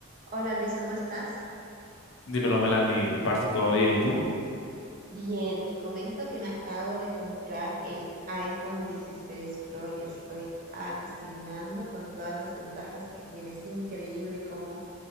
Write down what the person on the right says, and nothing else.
Hola Luis, ¿cómo estás?
Bien, te comento que me acabo de comprar el iPhone 16 Pro y estoy alucinando con todas las ventajas que tiene. Es increíble cómo